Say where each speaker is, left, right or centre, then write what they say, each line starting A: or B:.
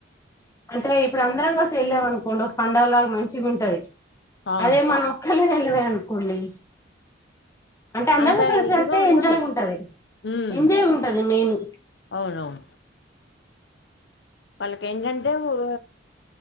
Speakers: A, on the left; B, on the left.
A: అంటే ఇప్పుడు అందరం కల్స్ పెళ్ళాం అనుకోండి ఒక పండలాగ మంచిగుంటది
B: అవును
A: అదే మనం ఒక్కళ్ళే గన్ల వెల్ అన్కోండి అంటే అందరూ
B: అంత
A: కలిసి
B: ఇదిగా
A: వెళ్తే
B: ఉండదు
A: ఎంజాయ్ గుంటది
B: ఉమ్
A: ఎంజాయ్ గుంటది మెయిను
B: అవునవును వాళ్ళకేంటంటే ఒగ